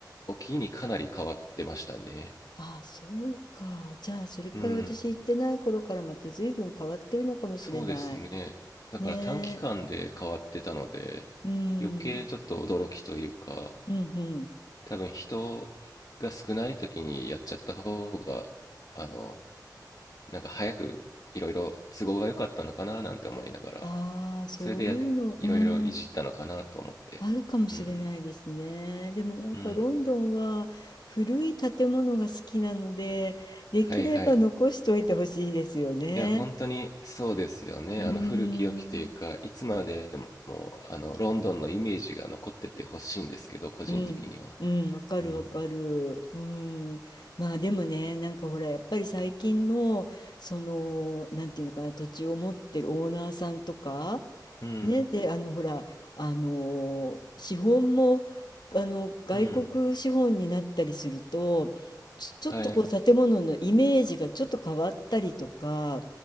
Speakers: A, on the left (about 60°); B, on the left (about 75°).
A: を機にかなり変わってましたね。
B: ああ、そうか。じゃあ、それから私行ってない頃からまた随分変わってるのかもしれない。
A: うん、そうですね。だから短期間で変わってたので、
B: ねえ。うん。
A: 余計ちょっと驚きというか、
B: うんうん。
A: 多分人が少ない時にやっちゃった方が、あの、なんか早くいろいろ都合が良かったのかななんて思いながら、
B: ああ、そういうの、
A: それでや、いろいろいじったのかなと思って。
B: うん。あるかもしれないですね。
A: うん、
B: でもなんかロンドンは古い建物が好きなので、
A: うん、
B: できれば残しておいてほしいですよね。
A: はいはい。いや、本当にそうですよね。
B: うん。
A: あの古き良きというか、いつまでもあのロンドンのイメージが残っててほしいんですけど、個人的には。
B: うん、うん、わかるわかる。
A: うん。
B: うん。まあでもね、なんかほら、やっぱり最近の、その、なんていうのかな、土地を持ってるオーナーさんとか、
A: うん。
B: ね、で、あの、ほら、あの、資本も、あの、外国資本になったりすると、
A: うん。
B: ちょ、ちょっとこう、
A: はい。
B: 建物のイメージがちょっと変わったりとか、